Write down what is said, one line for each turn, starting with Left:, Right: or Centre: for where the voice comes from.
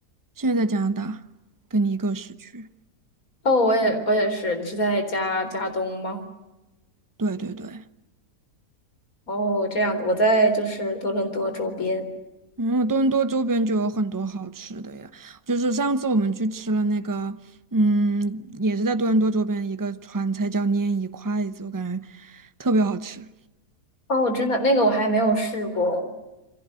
Right: 现在在加拿大，跟你一个时区。
Left: 哦，我也我也是，你是在加加东吗？
Right: 对对对，
Left: 哦，这样的，我在就是多伦多周边。
Right: 嗯，多伦多周边就有很多好吃的呀。就是上次我们去吃了那个，嗯，也是在多伦多周边一个川菜叫拈一筷子，我感觉特别好吃。
Left: 哦，真的，那个我还没有试过，